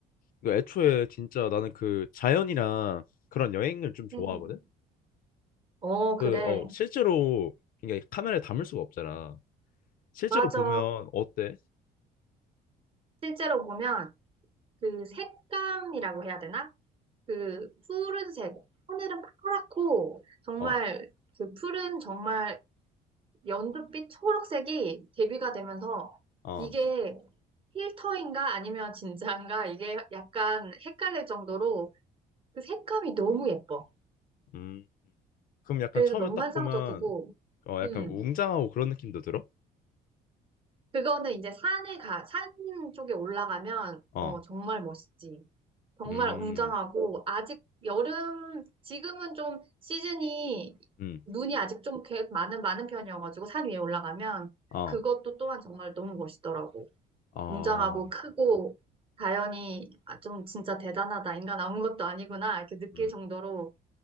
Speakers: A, on the left (about 55°); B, on the right (about 30°).
A: 그 애초에 진짜 나는 그 자연이랑 그런 여행을 좀 좋아하거든.
B: 음. 어, 그래.
A: 그, 어, 실제로, 이게 카메라에 담을 수가 없잖아. 실제로
B: 맞아.
A: 보면, 어때?
B: 실제로 보면 그 색감이라고 해야 되나? 그 푸른색, 하늘은 파랗고 정말
A: 어,
B: 그 푸른 정말 연두빛 초록색이 대비가 되면서
A: 어,
B: 이게 필터인가 아니면 진짜인가 이게 약간 헷갈릴 정도로 그 색감이 너무 예뻐.
A: 음. 그럼 약간
B: 그래서
A: 처음에
B: 너무
A: 딱
B: 환상적이고,
A: 보면, 어, 약간
B: 음,
A: 웅장하고 그런 느낌도 들어?
B: 그거는 이제 산에 가, 산 쪽에 올라가면
A: 어,
B: 어, 정말 멋있지. 정말
A: 음,
B: 웅장하고 아직 여름 지금은 좀 시즌이
A: 음,
B: 눈이 아직 좀 개- 많은 많은 편이어가지고 산 위에 올라가면
A: 어,
B: 그것도 또한 정말 너무 멋있더라고.
A: 어,
B: 웅장하고 크고 자연이 아, 좀 진짜 대단하다. 인간 아무 것도 아니구나. 이렇게 느낄
A: 음.
B: 정도로